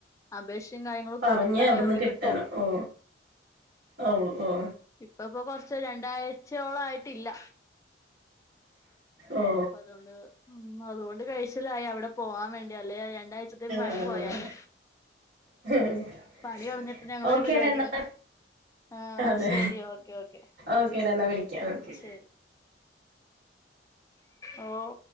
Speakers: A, on the left; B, on the right.
A: അപേഷ് കാര്യങ്ങളും
B: പറഞ്ഞ്
A: കൊടുത്താലേവർക്ക്
B: അവിടുന്ന് കിട്ടണം
A: കിട്ടുള്ളൂ
B: ഓ ഓ ഓ
A: ഇപ്പ പ്പൊ കൊർചെ രണ്ടാഴ്ചയോളായിട്ടില്ല
B: ഓ
A: അപ്പ അതുകൊണ്ട് മ് അതുകൊണ്ട് കഴിച്ചില്ലായി അവിടെ പോവാൻ വേണ്ടി അല്ലെ രണ്ടാഴ്ചത്തേ
B: ആഹ്
A: പണി പോയേനെ
B: <unintelligible>
A: പണികളഞ്ഞിട്ട് ഞങ്ങളൊരു
B: ഓക്കേടാ
A: പരിപാടില്ല
B: എന്നാ
A: ആഹ്
B: അതെ
A: ശരി ഓക്കെ ഓക്കെ
B: ഓക്കേടാ എന്നാ വിളിക്കാം
A: ആഹ്
B: ഓക്കെ
A: ശെരി ഓഹ്